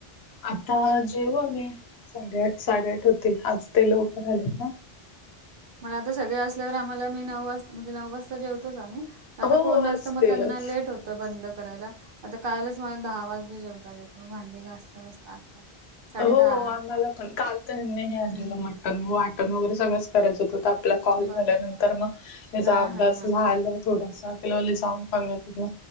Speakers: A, on the left (about 80°); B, on the right (about 60°).
A: आता जेऊ आम्ही. साडेआठ साडेआठ होतील. आज ते लवकर आलेत ना!
B: मला आता सगळे असल्यावर आम्हाला, आम्ही नऊ वाजता म्हणजे नऊ वाजता जेवतोच आम्ही. आता
A: हो
B: कोण नसतं
A: असतीलच
B: म त्यांना लेट होतं बंद करायला आता कालच मला दहा वाजले जेवता. म भांडी घासता घासता अकरा. साडे
A: हो
B: दहा
A: आम्हाला पण काल. त्यांनी हे आणलेलं
B: हम्म
A: मटण. वाटण वगैरे सगळंच करायच होतं आपला कॉल
B: बापरे
A: झाल्यानंतर मग. त्याचा
B: हा
A: अभ्यास
B: हा हा
A: राहीला थोडासा. त्याला म्हणलं जावुन कर म तिकडं.